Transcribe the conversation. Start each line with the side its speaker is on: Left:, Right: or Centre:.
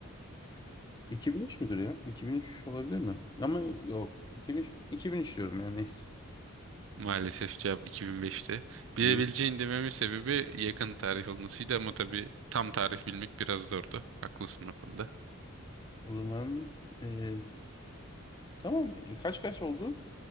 Left: <laughs> 2003 müdür ya? 2003 olabilir mi? Ama yok. 2003, mü? 2003 diyorum yani neyse.
Right: Maalesef cevap 2005'te.
Left: 2003.
Right: Bilebileceğin dememin sebebi yakın tarih olmasıydı ama tabii tam tarih bilmek biraz zordu. Haklısın o konuda.
Left: O zaman ee, tamam. E, kaç kaç oldu?